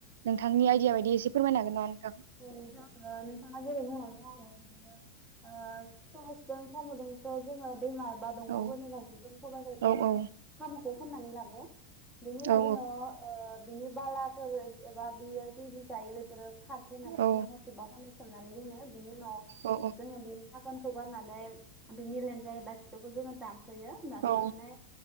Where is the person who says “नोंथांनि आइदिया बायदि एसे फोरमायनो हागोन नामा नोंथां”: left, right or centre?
Right